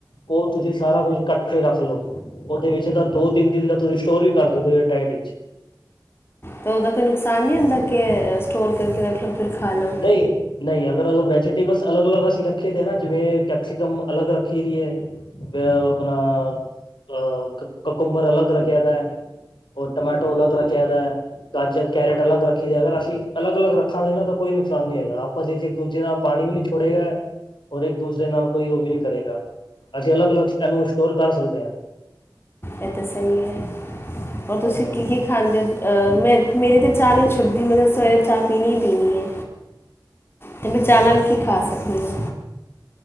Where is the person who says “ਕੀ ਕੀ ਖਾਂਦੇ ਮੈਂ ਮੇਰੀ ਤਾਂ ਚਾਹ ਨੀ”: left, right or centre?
Left